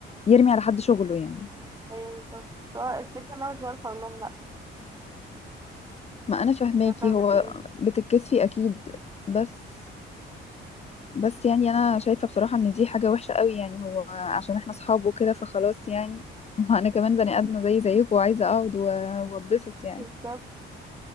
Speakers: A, on the left (about 30°); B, on the right (about 15°).
A: يرمي على حد شغله يعني
B: ايوه بالظبط بس هو الفكرة ان انا مش بعرف اقول لهم لا
A: ما انا فهماكي
B: مش عارفة اعمل
A: هو
B: ايه
A: بتتكسفي اكيد بس بس يعني انا شايفه بصراحه ان دي حاجه وحشه قوي يعني هو عشان احنا اصحاب وكده فخلاص يعني <laughs> ما انا كمان بني
B: <laughs>
A: ادمه زي زيكم وعايزه اقعد و- واتبسط يعني
B: بالظبط